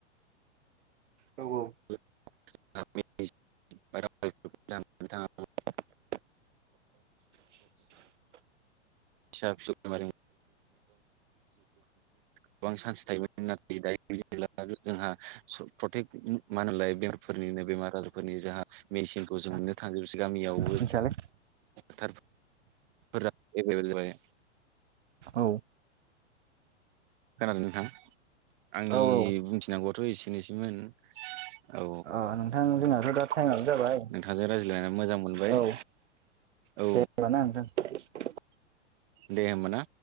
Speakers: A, on the right; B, on the right.
A: औ
B: <inaudible>
A: <inaudible>
B: फिसा फिसौ बेम गोबां चान्स थायोमोन नाथाय दायो जेने जोंहा प्रटेकट मा होनोमलाय बेमारफोरनिनो बेमार आजारफोरनि जोंहा मेडिसिनखौ
A: औ
B: जों नुनो थांजोबसै गामियावबो।
A: मिथियालै
B: टार फोर एभेलेल जायो।
A: औ।
B: खोनादों नोंथाह
A: औ
B: आंनि
A: औ
B: बुंथिनांगौआथ' एसेनोसैमोन। औ
A: अ नोंथां जोंनाथ' दा टाइमानो जाबाय
B: नोंथांजों रायज्लायनानै मोजां मोनबाय
A: औ।
B: औ
A: देबाना नोंथो।
B: दे होमबा ना।